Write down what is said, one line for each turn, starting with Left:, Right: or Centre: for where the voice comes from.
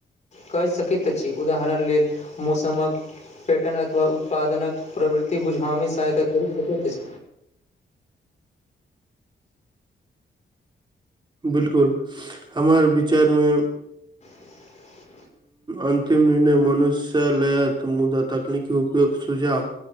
Left: कऽ सकैत छी उदाहरण लेल मौसमक प्यटन अथवा उत्पादनक प्रवृति बुझबामे सहायता करि सकैत अछि
Right: बिल्कुल हमर विचार में
Left: <unintelligible>
Right: अन्तिम निर्णय मनुष्य लयत मुदा तकनीकी उपयोग सुझाव